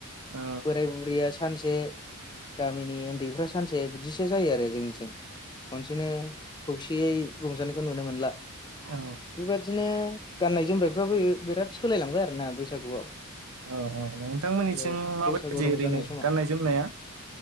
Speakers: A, on the right; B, on the left.
A: औ
B: बोराय बुरैया सानसे गामिनि उन्दैफ्रा सानसे बिदिसो जायो आरो जोंंनिथिं खनसेनो खौसेयै रंजानायखौ नुनो मोनला।
A: औ
B: बेबादिनो गाननाय जोमनायफ्राबो बिराद सोलायलांबाय आरोना बैसागुआव
A: औ औ नोंथांमोननिथिं
B: औ
A: माबायदि
B: बैसागु रंजानाय
A: ओरैनो
B: समाव
A: गाननाय जोमनाया